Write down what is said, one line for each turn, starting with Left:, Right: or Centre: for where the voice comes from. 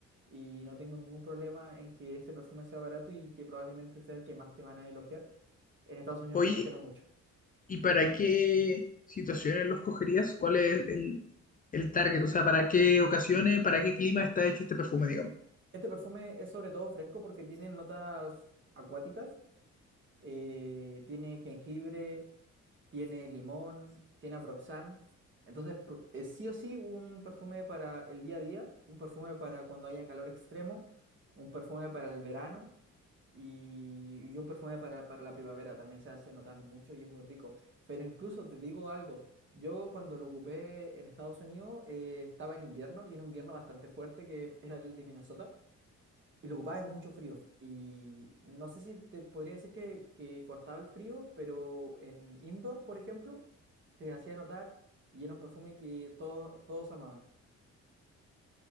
Right: Y no tengo ningún problema en que este perfume sea barato y que probablemente sea el que más te van a elogiar. En Estados Unidos
Left: Oye,
Right: me lo elogiaron mucho.
Left: ¿y para qué situaciones lo escogerías? ¿Cuál es el, el, el target? O sea, ¿para qué ocasiones, para qué clima está hecho este perfume, digamos?
Right: Este perfume es sobre todo fresco porque tiene notas acuáticas eh, tiene jengibre, tiene limón, tiene Aproxan. Entonces, pr- eh, sí o sí, un perfume para el día a día, un perfume para cuando haya calor extremo, un perfume para el verano y, y un perfume para, para la primavera. También se hace notar mucho y es muy rico. Pero incluso te digo algo, yo cuando lo ocupé en Estados Unidos eh, estaba en invierno y en un invierno bastante fuerte que era el de Minnesota. Y lo ocupaba en mucho frío. Y no sé si te podría decir que, que cortaba el frío, pero en indoor, por ejemplo, se hacía notar y era un perfume que todos todos amaban.